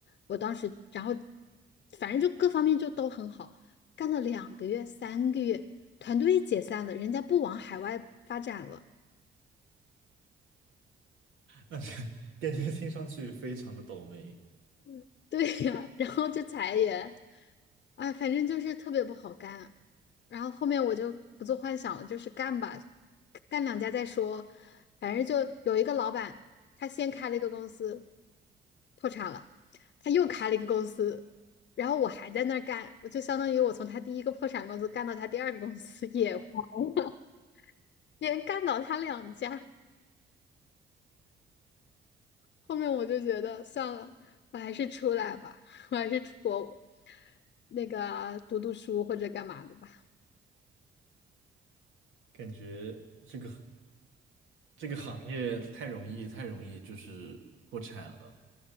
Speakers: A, on the left (about 60°); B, on the right (about 80°).
A: 我当时，然后反正就各方面就都很好，干了两个月、三个月，团队解散了，人家不往海外发展了。
B: 那是感觉听上去非常的倒霉。
A: <laughs> 对呀，<laughs> 然后就裁员，哎，反正就是特别不好干。然后后面我就不做幻想了，就是干吧，干两家再说。反正就有一个老板，他先开了一个公司，破产了，他又开了一个公司，然后我还在那儿干，我就相当于我从他第一个破产公司干到他第二个公司也黄了，<laughs> 连干倒他两家。后面我就觉得算了，我还是出来吧，<laughs> 我还是出国那个读读书或者干嘛的吧。
B: 感觉这个这个行业太容易，太容易就是破产了。